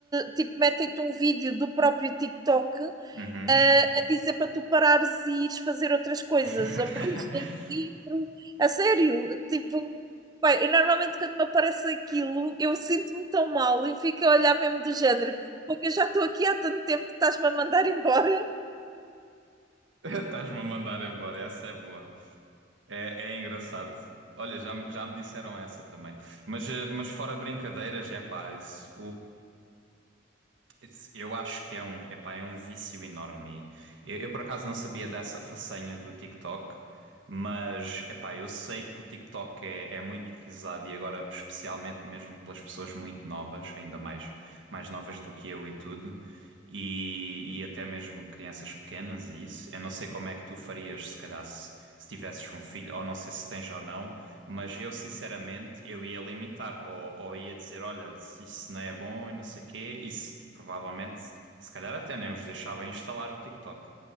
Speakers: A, on the right (about 20°); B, on the right (about 75°).
A: tipo, metem-te um vídeo do próprio TikTok
B: uhum.
A: ah, a dizer para tu parares e ires fazer outras coisas,
B: <laughs>
A: ou para ires ler um livro, a sério, tipo. Bem, eu normalmente quando me aparece aquilo, eu sinto-me tão mal, eu fico a olhar mesmo do género, porque eu já estou aqui há tanto tempo que estás-me a mandar embora
B: Estás-me a mandar embora, essa é boa. É, é engraçado. Olha, já, me- já me disseram essa também. Mas, eh, mas fora brincadeiras, é pá, isso, It's- Eu acho que é um, epá, é um vício enorme. Eu, eu, por acaso não sabia dessa façanha do TikTok, mas, epá, eu sei que o TikTok é, é muito utilizado e agora especialmente mesmo pelas pessoas muito novas, ainda mais, mais novas do que eu e tudo, e, e até mesmo crianças pequenas e isso. Eu não sei como é que tu farias se calhar se, se tivesses um filho, ou não sei se tens ou não, mas eu sinceramente eu ia limitar, ou, ou ia dizer, olha, se isso não é bom e não sei quê, isso provavelmente, se calhar até nem os deixava instalar o TikTok,